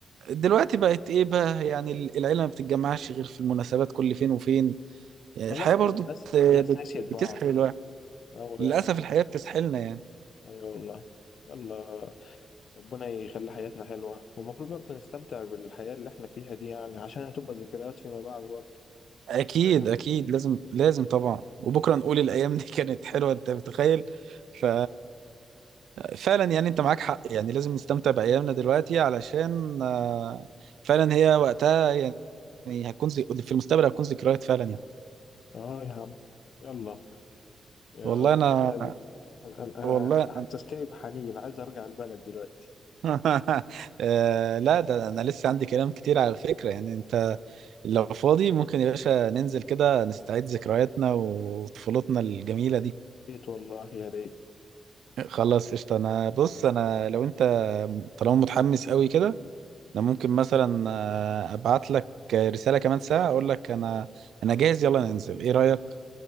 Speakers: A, on the right; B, on the left.
A: دلوقتي بقت ايه بقى يعني ال- العيلة ما بتتجمعش غير في المناسبات كل فين وفين يعني
B: خلاص
A: الحياة
B: بقى
A: برضو
B: الناس
A: بت-
B: الناس
A: بت-
B: نسيت بعض
A: بتسحل الواحد
B: أوي
A: للأسف
B: يعني
A: الحياة بتسحلنا يعني
B: أيوة والله يلا ربنا يخلي حياتنا حلوة والمفروض برضه نستمتع بالحياة اللي احنا فيها دي يعني عشان هتبقى ذكريات فيما بعد برضه
A: اكيد
B: فاهم
A: اكيد لازم لازم طبعا وبكره نقول الايام <laughs> دي كانت حلوه انت متخيل ف فعلا يعني انت معاك حق يعني لازم نستمتع بايامنا دلوقتي علشان آه، فعلا هي وقتها يعني يعني هتكون زي... في المستقبل هتكون ذكريات فعلا يعني
B: اه يا عم يلا يا
A: والله
B: رب
A: انا
B: كده ال- انا انا
A: والله
B: أنا- انت حسستني
A: أنا...
B: بحنين عايز ارجع البلد دلوقتي
A: <laughs> آه، لا ده انا لسه عندي كلام كتير على فكره يعني انت لو فاضي ممكن يا باشا ننزل كده نستعيد ذكرياتنا وطفولتنا الجميله دي
B: ريت والله يا ريت
A: خلاص قشطة انا بص انا لو انت طالما متحمس قوي كده انا ممكن مثلا آه، ابعت لك رسالة كمان ساعة اقول لك انا انا جاهز يلا ننزل ايه رأيك